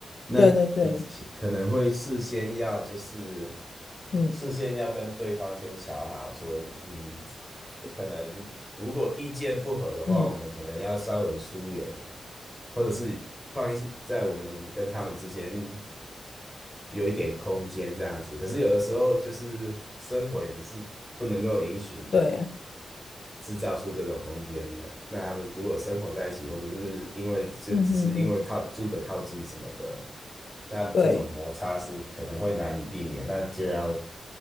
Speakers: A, in the centre; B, on the left (about 60°).
A: 那比起可能会事先要就是
B: 对对对，嗯
A: 事先要跟对方先瞧好说，嗯，可能如果意见不合的话，
B: 嗯，
A: 我们可能要稍微疏远，或者是放一些在我们跟他们之间有一点空间这样子。可是有的时候就是生活也不是不能够允许你
B: 对啊，
A: 制造出这种空间的。那他们如果生活在一起，或者是因为就只是因为靠住的靠近什么的，
B: 嗯嗯嗯，
A: 那这种摩擦是可能会难以避免，
B: 对。
A: 那就要